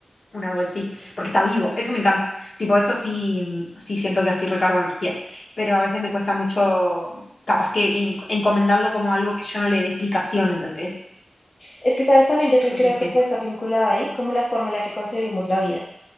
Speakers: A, on the left (about 55°); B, on the left (about 35°).
A: un árbol sí, porque está vivo, eso me encanta. Tipo, eso sí, mm, sí siento que así recargo energías, pero a veces me cuesta mucho, capaz que in- encomendarlo como algo que yo no le dé explicación, ¿entendés?
B: Es que, sabes, también yo creo,
A: No
B: creo
A: sé si tienes...
B: que puede estar vinculada ahí como la forma en la que concebimos la vida.